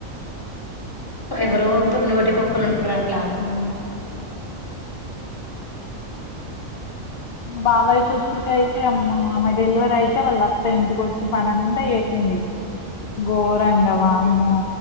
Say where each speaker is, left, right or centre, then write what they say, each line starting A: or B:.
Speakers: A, on the left; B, on the left.
A: ఎవరో ఒకరు నూటికొక్కరుంటరట్ల
B: ఆ బాబాయ్ కూతురుకైతే అమ్మ ఆమ డెలివరైతే వాళ్ళ అత్త ఇంటిక వచ్చి పనంత చేసింది గోరంగ వామ్ ఆ